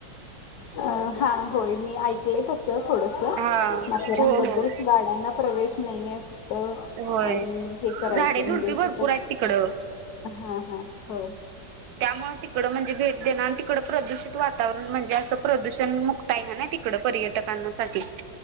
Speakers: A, on the left; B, on the right.
A: अ हा होय मी ऐकले तसं थोडस
B: हा.
A: माथेरानबद्दल
B: हो हो
A: गाड्यांना प्रवेश नाहीे फक्त आणि
B: होय
A: हे करायचं
B: झाडे झुडपी
A: म्हणजे
B: भरपूर
A: तिथ हा
B: आहेत तिकडं.
A: हा होय.
B: त्यामुळे तिकड म्हणजे भेट देण आणि तिकड प्रदूषित वातावरण म्हणजे असं प्रदूषण मुक्त आहे ह ना तिकड पर्यटकांसाठी